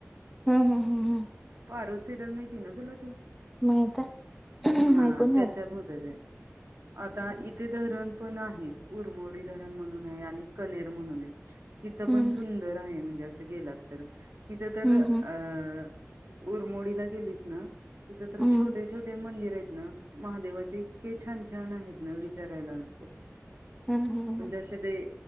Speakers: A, in the centre; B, on the right (about 55°).
A: हम्म हम्म हम्म हम्म
B: पारू सिरीयल माहिती ना तूला
A: मायता
B: हा
A: माय कोण
B: त्याच्यात होत ते आता इथे धरण पण आहेत उरमोडी धरण म्हणून आहे आणि कनेर म्हणून आहे. तिथं
A: हम्म
B: पण सुंदर आहे म्हणजे अस थ गेलात तर तिथं तर
A: हम्म
B: अं
A: हम्म
B: उरमोडीला गेलीस ना इथे तर
A: हम्म
B: छटे छोटे मंदिर आहेत ना महादेवाचे इतके छान छान आहेत ना विचारायला नको
A: हम्म हम्म
B: म्हणजे
A: हम्म
B: असे ते